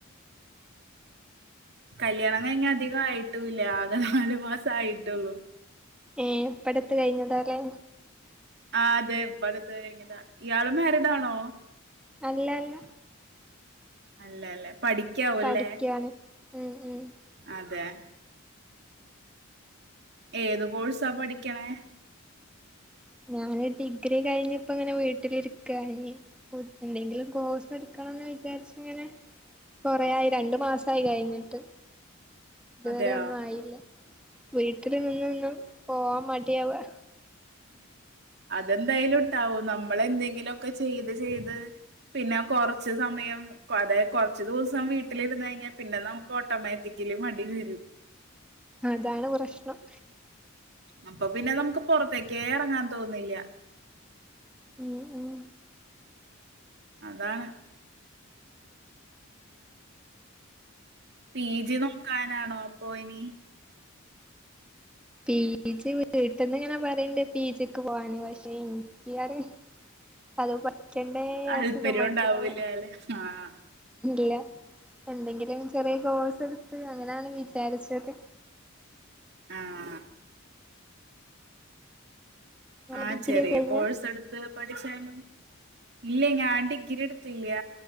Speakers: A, on the right (about 55°); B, in the centre.
A: കല്യാണം കഴിഞ്ഞ് അധികായിട്ടൂല്യാ ആകെ നാല് മാസം ആയിട്ടാെള്ളു
B: ഏഹ് ഇപ്പട്ത്ത് കഴിഞ്ഞതാല്ലേ
A: ആഹ് അതെ ഇവട്ത്തെ ഇങ്ങ്താ ഇയാള് മേരിഡാണോ
B: അല്ല അല്ല
A: അല്ലെല്ലേ പഠിക്കാവാെല്ലേ
B: പഠിക്കാണ് ഉം ഉം
A: അതെ ഏത് കോഴ്സാ പഠിക്ക്ണേ
B: ഞാന് ഡിഗ്രി കഴിഞ്ഞ് ഇപ്പ ഇങ്ങനെ വീട്ടില് ഇരിക്കാന് പുത് എന്തെങ്കിലും കോഴ്സ് ഇട്ക്കണംന്ന് വിചാരിച്ച് ഇങ്ങനെ കൊറെ ആയി രണ്ട് മാസായി കഴിഞ്ഞിട്ട് ഇത്
A: അതെയോ
B: വരെ ഒന്നും ആയില്ല വീട്ടില് നിന്ന് നിന്ന് പോവാം മാടിയാവാ
A: അതെന്തായാലും ഇണ്ടാവും നമ്മള് എന്തെങ്കിലും ഒക്കെ ചെയ്ത് ചെയ്ത് പിന്നാ കൊറച്ച് സമയം കൊതെ കാെറച്ച് ദിവസം വീട്ടിലിരിന്ന് കഴിഞ്ഞാ പിന്നെ നമുക്ക് ഓട്ടോമാറ്റിക്കെലി മടി വെരും
B: അതാണ് പ്രശ്ണം
A: അപ്പൊ പിന്നെ നമുക്ക് പാെറത്തെക്കേ എറങ്ങാൻ തോന്നില്യ
B: ഉം ഉം
A: അതാണ് പി ജി നോക്കാനാണോ പോയിനി
B: പീ ജി വീട്ട്ന്ന് ഇങ്ങനെ പറയ്ണ്ട് പീജിക്ക് പോവാന് പക്ഷെ ഇൻക്കിയാതെ ഇപ്പതും പഠിക്കണ്ടേ വിചാരിച്ചിട്ട്
A: താല്പര്യം
B: മടിയാവാ
A: ഉണ്ടാവൂല അല്ലെ ആഹ്
B: ഇല്ല എന്തെങ്കിലും ചെറിയ കോഴ്സ് ഇട്ത്ത് അങ്ങനെയാണ് വിചാരിച്ചത്
A: ആഹ് ആഹ്
B: ഡിഗ്രി
A: ചെറിയ
B: കഴിഞ്ഞ
A: കോഴ്സ് എട്ത്ത് പഠിച്ചാലും ഇല്ലേയ് ഞാൻ ഡിഗ്രി ഇട്ത്തില്യ